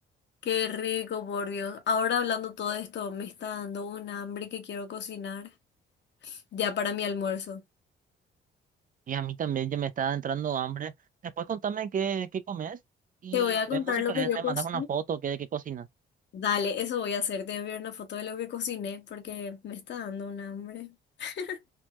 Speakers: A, on the left (about 65°); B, on the right (about 45°).
A: qué rico, por Dios. Ahora hablando todo esto, me está dando un hambre que quiero cocinar ya para mi almuerzo.
B: Y a mí también ya me estaba entrando hambre. Después contame qué, qué comes y
A: Te voy a contar
B: vemos si
A: lo
B: querés
A: que yo
B: me
A: cocino.
B: mandas una foto que de qué cocinas.
A: Dale, eso voy a hacer. Te voy a ver una foto de lo que cociné porque me está dando un hambre. <laughs>